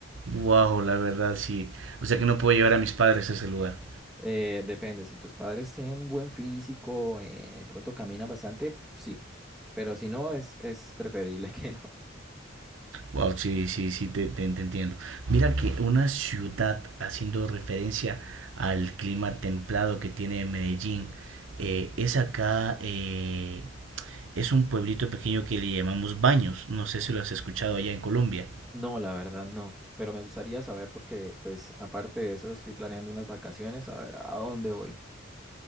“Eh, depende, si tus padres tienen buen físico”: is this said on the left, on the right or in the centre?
Centre